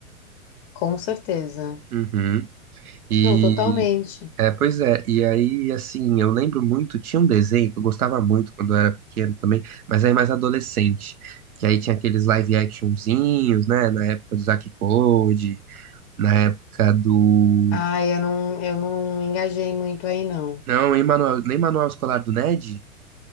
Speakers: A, on the left; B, on the right.
A: com certeza.
B: Uhum. E
A: Não, totalmente.
B: é, pois é, e aí assim, eu lembro muito, tinha um desenho que eu gostava muito quando eu era pequeno também, mas aí mais adolescente, que aí tinha aqueles live actionzinhos, né, na época do Zack Code, na época do
A: Ah, eu não, eu não engajei muito aí, não.
B: Não, em manual, nem manual escolar do Ned?